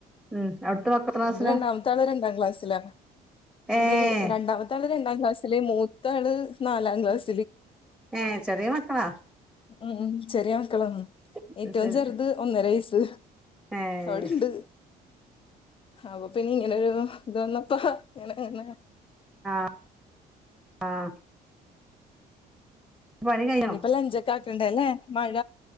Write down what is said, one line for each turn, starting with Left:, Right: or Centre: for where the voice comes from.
Centre: ഉം അവിടുത്തെ മക്കള് എത്രാം ക്ലാസ്സിലാ
Left: എന്റെ രണ്ടാമത്താള് രണ്ടാ ക്ലാസ്സിലാണ്
Centre: ഏഹ്
Left: ന്റെ രണ്ടാമ ത്തെ ആള് രണ്ടാ ക്ലാസില് മൂത്താള് നാലാം ക്ലാസ്
Centre: ഏഹ് ചെറ്യേ മക്കളാ
Left: ഉം ചെറ്യേ മക്കളാണ്
Centre: അത്
Left: ഏറ്റവും
Centre: ശരി
Left: ചെർത് ഒന്നര വയസ്സ്.
Centre: ഏഹ്
Left: അവടെണ്ട് അപ്പ പിന്നെ ഇങ്ങനൊര്ത് വന്നപ്പ ഇങ്ങനെ ങ്ങനെ
Centre: ആഹ് ആഹ് പണി കഴിഞ്ഞോ
Left: ഇനിപ്പ ലഞ്ചൊക്കെ ആക്കണ്ടലേ മഴ